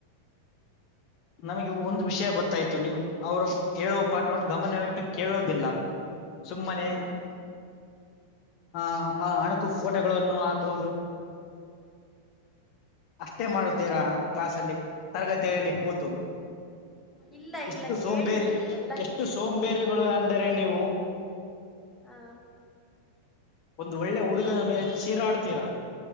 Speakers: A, on the left; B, in the centre.
A: ನಮಗೆ ಒಂದು ವಿಷಯ ಗೊತ್ತಾಯ್ತು ನೀವು ಅವರು ಹೇಳುವ ಪಾಠವನ್ನು ಗಮನವಿಟ್ಟು ಕೇಳುವುದಿಲ್ಲ. ಸುಮ್ಮನೆ
B: ಹ
A: ಆ ಆ ಅಣಕು ಫೋಟೋಗಳನ್ನು ಹಾಕುವುದು. ಅಷ್ಟೇ ಮಾಡತೀರಾ
B: ಇಲ್ಲ
A: ಕ್ಲಾಸಲ್ಲಿ
B: ಇಲ್ಲ
A: ತರಗತಿಯಲ್ಲಿ ಕೂತ್ ತು
B: ಇಲ್ಲ
A: ಎಷ್ಟು
B: ಇಲ್ಲ
A: ಸೋಂಬೇರಿ
B: ಕೇಳ್ತೀವಿ ಎಲ್ಲಾ
A: ಎಷ್ಟು
B: ಕೇಳ್ಸ್ಕೊಂಡ್
A: ಸೋಂಬೇರಿಗಳು ಅಂದರೆ ನೀವು
B: ಹಾ
A: ಒಂದು ಒಳ್ಳೆ ಹುಡುಗನ ಮೇಲೆ ಚೀರಾಡ್ತೀರಾ